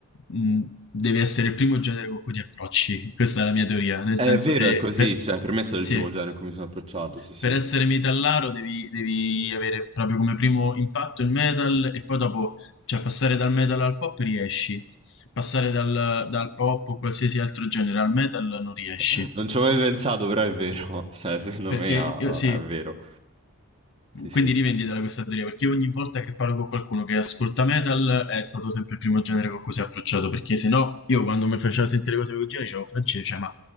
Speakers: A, on the left; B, on the right.
A: mm, deve essere il primo genere con cui ti approcci. Questa è la mia teoria, nel
B: È
A: senso
B: vero,
A: se
B: è così.
A: per,
B: Cioè, per me è stato
A: sì,
B: il primo genere in cui mi sono approcciato, sì, sì.
A: per essere metallaro devi, devi avere proprio come primo impatto il metal e poi dopo, cioè passare dal metal al pop riesci, passare dal, dal pop o qualsiasi altro genere al metal non riesci.
B: <laughs> Non ci ho mai pensato, però è vero. <laughs> Cioè, secondo
A: Perché
B: me ah,
A: io- sì,
B: è vero. Sì, sì.
A: Quindi rivenditela questa teoria, perché ogni volta che parlo con qualcuno che ascolta metal è stato sempre il primo genere con cui si è approcciato, perché se no io quando mi faceva sentire cose del genere dicevo francese, cioè, ma